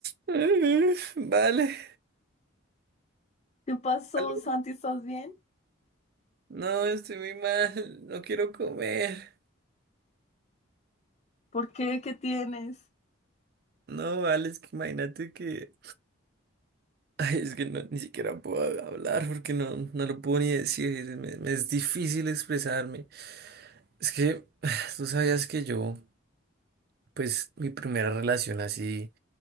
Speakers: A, on the right; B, on the left.
A: <laughs> Eh, Vale,
B: ¿Qué pasó,
A: algo.
B: Santi? ¿Estás bien?
A: No, estoy muy mal, no quiero comer.
B: ¿Por qué? ¿Qué tienes?
A: No, vale, es que imagínate que... Ay, es que no, ni siquiera puedo hablar porque no, no lo puedo ni decir, me, me es difícil expresarme. Es que <sighs> tú sabías que yo, pues mi primera relación así